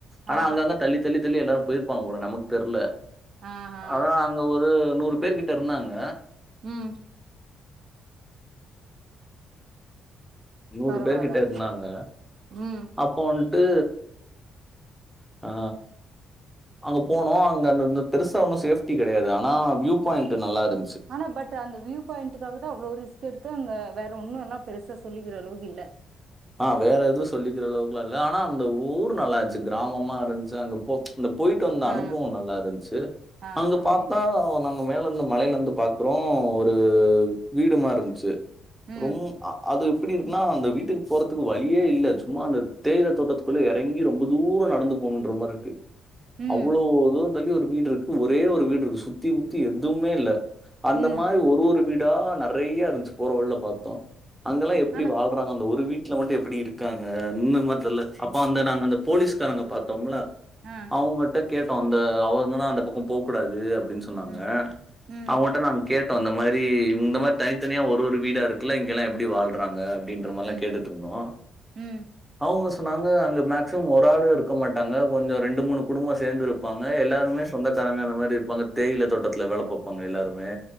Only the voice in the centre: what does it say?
ஆனா
அங்க அங்க தள்ளி தள்ளி தள்ளி எல்லாரு போய் ருப்பாங்க போல நமக்கு தெரில
அதா அங்க ஒரு நூறு பேர் கிட்ட இருந்தாங்க
நூறு
பேரு கிட்ட இருந்தாங்க
அப்போ வந்ட்டு ஆ அங்க போனோ அங்க அந்த பெருசா ஒன்னு சேஃப்டி கெடையாது ஆனா வியூ பாயிண்ட் நல்லா இருக்
ஆ வேற எதுவு சொல்லிக்கிற அளவுக்குல்லா இல்ல ஆனா அந்த ஊரு நல்லாருந்துச்சு கிராமமா இருந்துச்சு அங்க இந்த போயிட்டு வந்த
அனுபவ நல்லாருந்துச்சு
அங்க
பாத்தா
நாங் க மேல இருந்த மலையில இருந்து பாக்குறோ ஒரு வீடு மாரின்ச்சு
ரொம் அது எப்டி இருக்குனா அந்த வீட்டுக் போறதுக்கு வழியே இல்ல சும்மா அந்த தேயில தோட்டத்துக்குள்ள எறங்கி ரொம்ப தூரோ நடந்து போணுன்ற மாரி இருக்கு
அவ்ளோ இத தள்ளி ஒரு வீடு இருக்கு ஒரே ஒரு வீடு இருக்கு சுத்தி முத்தி எதுவுமே இல்ல அந்த
மாரி ஒரு ஒரு வீடா நெறய இருந்துச்சு போற வழில பாத்தோ அங்கல்லா எப்டி
வாழ் றாங்க அந்த ஒரு வீட் வீட்ல மட்டு எபபிடி இருக்காங்க இன்னுமாத் தெர்ல அப்போ அந்த நாங்க அந்த போலீஸ்காரங்க பாத்தோம்ல
அவுங்கட்ட கேட்டோ அந்த அவுங்க தா அந்த பக்கோ போக் கூடாது அப்டின் சொன்னாங்க
அவுங்கட்ட நாங் கேட்டோ இந்த மாரி இந்த மாரி தனித்தனியா ஒரு ஒரு வீடா இருக்குல இங்கெல்லா எப்டி வாழ்றாங்க அப்டின்ற மாரிலா
கேட்டுட் <unintelligible>
அவுங்க சொன்னாங்க அங்க மேக்சிம ஒரு ஆளு இருக்க மாட்டாங்க கொஞ்சோ ரெண்டு மூணு குடும்பம் சேந்து இரு ப்பாங்க எல்லாருமே சொந்தக்காரங்க அந்த மாரி இருப்பாங்க தேயில தோட்டத்துல வேல பாப்பாங்க எல்லாருமே